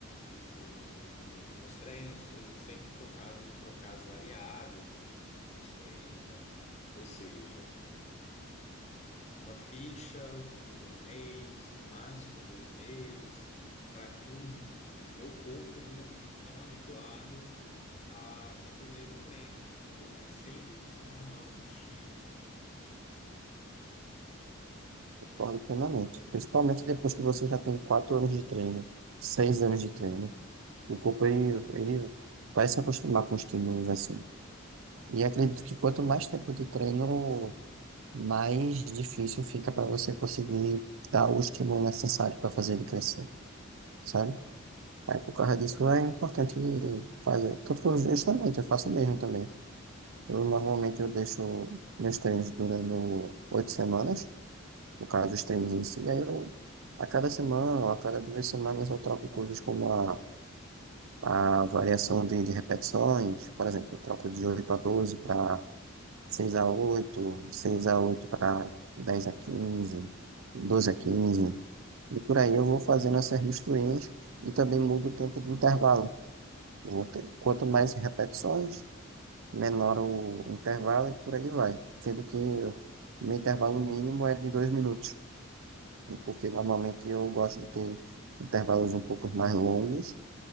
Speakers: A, on the left (about 30°); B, on the right (about 70°).
A: do- do- do- dos meus treinos. Eu estou sempre focado em trocar as variáveis dos, dos meus treinos, né? Ou seja, uma ficha dura um mês, no máximo dois meses, para que o, o meu corpo ele não fique tão habituado a sempre o mesmo treino, né? Porque o corpo ele sempre precisa de novos estímulos.
B: Concordo plenamente. Principalmente depois que você já tem quatro anos de treino, seis anos de treino. O corpo, ele, ele vai se acostumar com os estímulos assim. E acredito que quanto mais tempo de treino, mais difícil fica para você conseguir dar o estímulo necessário para fazer ele crescer. sabe? Aí por causa disso é importante fazer. Tudo que eu justamente, eu faço mesmo também. Eu normalmente eu deixo meus treinos durando oito semanas, no caso os treinos em si, aí eu a cada semana ou a cada duas semanas eu troco coisas como a, a variação de, de repetições, por exemplo, eu troco de 8 a 12 para seis a oito 6 a 8 para dez a quinze doze a quinze e por aí eu vou fazendo essas misturinhas e também mudo o tempo de intervalo. Vou ter- Quanto mais repetições, menor o intervalo e por aí vai. Sendo que o meu intervalo mínimo é de dois minutos, porque normalmente eu gosto de ter intervalos um pouco mais longos